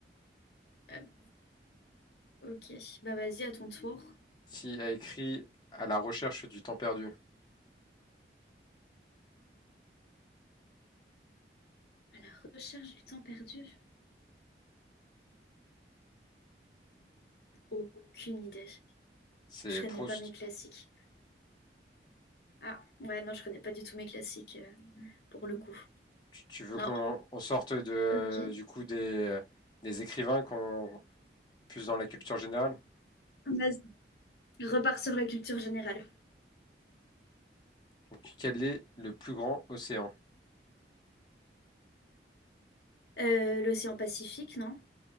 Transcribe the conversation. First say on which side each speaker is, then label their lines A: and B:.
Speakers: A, on the left; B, on the left.
A: Euh, ok, bah vas-y, à ton tour.
B: Qui a écrit À la recherche du temps perdu.
A: À la recherche du temps perdu? Aucune idée.
B: C'est
A: Je connais
B: Proust.
A: pas mes classiques. Ah, ouais, non, je connais pas du tout mes classiques euh, pour le coup.
B: Tu, tu veux
A: Non,
B: qu'on on sorte de,
A: ok.
B: du coup des, des écrivains qu'on plus dans la culture générale?
A: Vas-y. Je repars sur la culture générale.
B: Donc, quel est le plus grand océan?
A: Euh, l'océan Pacifique, non?